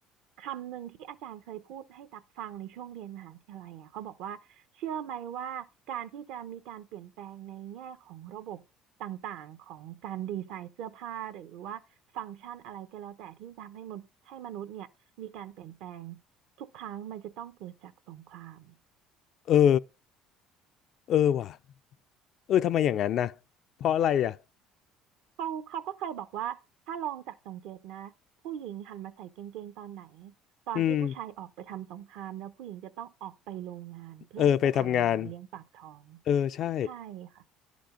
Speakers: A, on the right; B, on the left.
A: คำหนึ่งที่อาจารย์เคยพูดให้ตักฟังในช่วงเรียนมหาวิทยาลัยอะเขาบอกว่าเชื่อไหมว่าการที่จะมีการเปลี่ยนแปลงในแง่ของระบบต่างๆของการดีไซน์เสื้อผ้าหรือว่าฟังก์ชันอะไรก็แล้วแต่ที่ทำให้มนุษย์ให้มนุษย์เนี่ยมีการเปลี่ยนแปลงทุกครั้งมันจะต้องเกิดจากสงคราม
B: เออ เออว่ะเออทำไมอย่างนั้นนะเพราะอะไรอ่ะ
A: เขาเขาก็เคยบอกว่าถ้าลองจับสังเกตนะผู้หญิงหันมาใส่กางเกงตอนไหนตอนที่ผู้ชายออกไปทำสงครามแล้วผู้หญิงจะต้องออกไปโรงงานเพื่อที่จะทำงานเลี้ยงปากท้อง
B: อืมเออไปทำงานเออใช่
A: ใช่ค่ะ